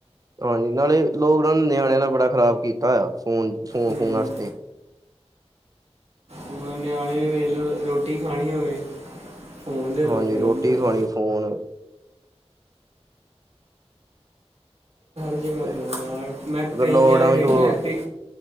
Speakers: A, on the right; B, on the right.
A: ਹਾਂਜੀ, ਨਾਲੇ ਲੋਕਡਾਊਨ ਨਿਆਣਿਆਂ ਨਾਲ ਬੜਾ ਖਰਾਬ ਕੀਤਾ ਆ, ਫੋਨ-ਫੋਨ-ਫੋਨ
B: ਹੂੰ
A: ਵਾਸਤੇ,
B: ਹੁਣ ਨਿਆਣੇ ਵੇਖ ਰੋਟੀ ਖਾਣੀ ਹੋਵੇ, ਫੋਨ ਦੇ ਦੋ
A: ਹਾਂਜੀ
B: ਫੋਨ
A: ਰੋਟੀ
B: ਦੇ
A: ਖਾਣੀ
B: ਦੋ,
A: ਫੋਨ
B: ਫਿਰ
A: ਤੇ
B: ਯਾਰ ਮੈਂ ਕਈ
A: ਲੋਕਡਾਊਨ
B: ਜਾਣੇ ਵੇਖੇ
A: ਚ
B: ਐਕਟਿਵ